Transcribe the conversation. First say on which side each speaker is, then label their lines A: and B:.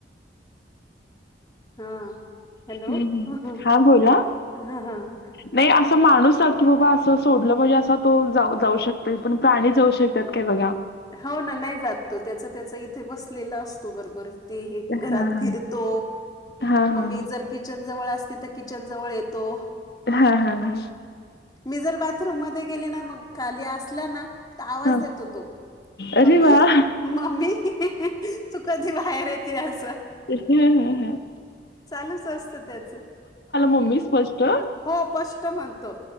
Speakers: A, on the left; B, on the left.
A: हा हॅलो
B: ह्
A: ह
B: हा बोला
A: हा
B: नाही असं माणूस की बाबा असं सोडलं म्हणजे असा तो जाऊ शकत पण प्राणी जाऊ शकतात काय बघा.
A: हो ना नाही जात तो त्याचा त्याचा इथे बसलेला असतो बरोबर ते हे घरात
B: हा हा
A: फिरत तो
B: हा
A: मग
B: हा
A: मी जर किचन जवळ असते तर किचन जवळ येतो.
B: हा हा हा
A: मी जर बाथरूम मधे गेली ना मग खाली असला ना तर आवाज
B: हा
A: देतो तो.
B: अरे
A: मम्मी
B: वा हा
A: मम्मी तू कधी बाहेर येते अस.
B: हम् ह ह ह
A: चालूच असत त्याच
B: मम्मी स्पष्ट
A: हो स्ष्ट म्हणतो.